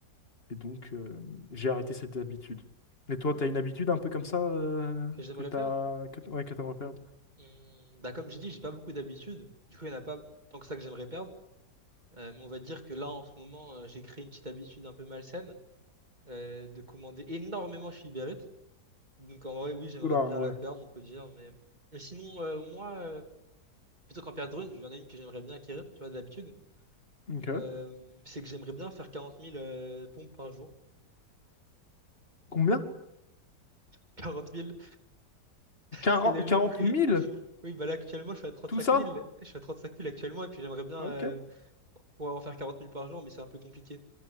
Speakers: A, on the left; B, on the right.
A: Et donc, euh, j'ai arrêté cette habitude. Et toi, t'as une habitude un peu comme ça euh,
B: Que j'aimerais
A: que t'as...
B: perdre?
A: Que... t- Ouais, que t'aimerais perdre.
B: Hum, bah comme j'ai dit, j'ai pas beaucoup d'habitudes. Du coup, il n'y en a pas tant que ça que j'aimerais perdre. Euh, mais on va dire que là, en ce moment, euh, j'ai créé une petite habitude un peu malsaine euh, de commander énormément chez Uber Eats. Donc en vrai, oui, j'aimerais
A: Oula,
B: bien
A: ouais.
B: la perdre, on peut dire. Mais, mais sinon, euh, moi, euh, plutôt qu'en perdre une, il y en a une que j'aimerais bien acquérir, tu vois, d'habitude.
A: Ok.
B: Euh, c'est que j'aimerais bien faire 40 000 euh, pompes par jour.
A: Combien?
B: <laughs> 40 000,
A: Quarante,
B: c'est la vie,
A: quarante
B: oui.
A: mille.
B: Oui, bah là, actuellement, je fais à 35
A: Tout ça?
B: 000. Je fais à 35 000 actuellement, et puis j'aimerais bien
A: Ok.
B: euh, pouvoir en faire 40 000 par jour, mais c'est un peu compliqué.